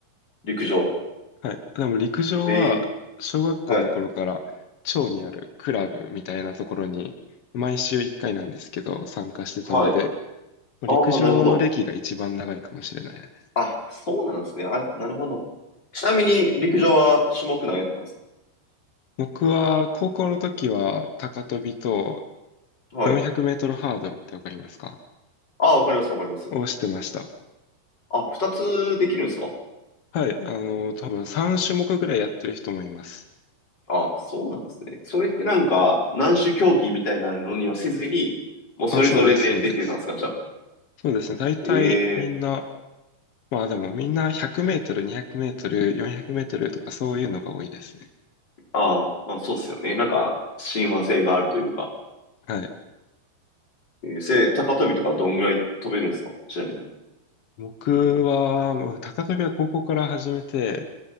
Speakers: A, on the left; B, on the left.
A: 陸上。
B: はい。でも陸上は、
A: ええ
B: 小学校の頃から、
A: はい。
B: 町にあるクラブみたいなところに、毎週1回なんですけど、参加してたので、
A: はい。
B: まあ陸上の歴が一番長いかもしれないです。
A: ああ、なるほど。あ、そうなんですね。あ、なるほど。ちなみに陸上は種目何やってたんです
B: 僕は、高校の時は、高跳びと
A: かはい。
B: 400メートルハードルってわかりますか
A: ああ、わかります、わかります。
B: をしてました。
A: あ、二つできるんですか
B: はい。あの、多分3種目ぐらいやってる人もいます。
A: あ、そうなんですね。それってなんか、何種競技みたいなのにはせずに、もうそれぞれで出てたんですか、
B: あ、そうです、そうです。
A: じゃあ。
B: そうですね。大体みんな、
A: ええ
B: まあでもみんな100メートル、200メートル、400メートルとかそういうのが多いですね。
A: ああ、まあそうっすよね。なんか、親和性があるというか。
B: はい。
A: えー、せ、高跳びとかどんぐらい飛べるんですかちなみに。
B: 僕は、まあ高跳びは高校から始めて